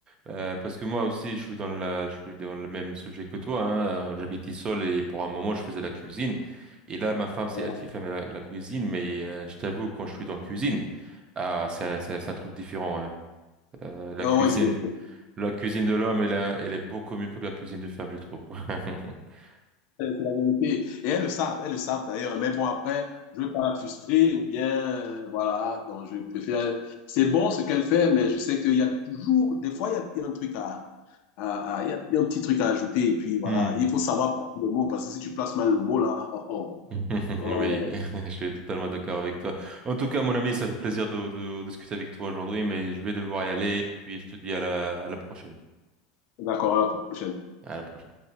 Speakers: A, on the right (about 30°); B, on the left (about 55°).
A: Euh, parce que moi aussi, je suis dans la, je suis dans le même sujet que toi. Hein. J'habitais seul et pour un moment, je faisais la cuisine. Et là, ma femme, c'est
B: faire.
A: elle qui fait la, la cuisine, mais euh, je t'avoue, quand je suis dans la cuisine, ah, c'est un, c'est un c'est un truc différent. hein. Euh, la
B: Ah
A: cuisine,
B: ouais, c'est
A: la cuisine de l'homme, elle, a- elle est beaucoup mieux que la cuisine de femme, je trouve. <laughs>
B: C'est la vérité. Et elles le savent, elles le savent d'ailleurs. Mais bon, après, je ne veux pas la frustrer ou bien, euh, voilà, donc je préfère. C'est bon ce qu'elle fait, mais je sais qu'il y a toujours, des fois, il y a, il y a un truc à, à- à- il y a, il y a un petit truc à ajouter. Et puis, voilà,
A: Hmm.
B: il faut savoir placer le mot, parce que si tu places mal le mot, là, oh, oh,
A: <laughs>
B: oh.
A: Oui, <laughs> je suis totalement d'accord avec toi. En tout cas, mon ami, ça fait plaisir de, de discuter avec toi aujourd'hui, mais je vais devoir y aller, puis je te dis à la, à la prochaine.
B: D'accord, à la prochaine.
A: À la prochaine.